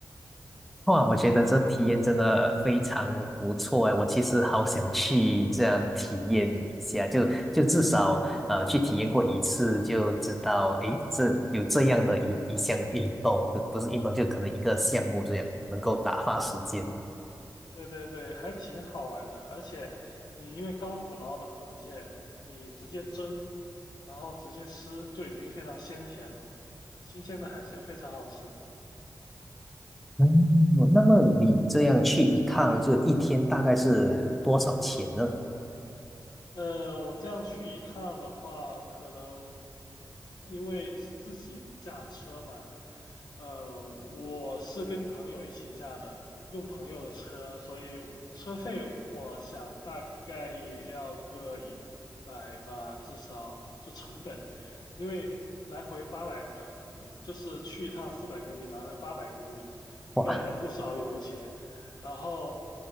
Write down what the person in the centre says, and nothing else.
哇，我觉得这体验真的非常不错哎，我其实好想去这样体验一下，就就至少呃去体验过一次就知道，诶，这有这样的一一项运动，不不是运动，就可能一个项目这样能够打发时间。
嗯，那么你这样去一趟，就一天大概是多少钱呢？
哇，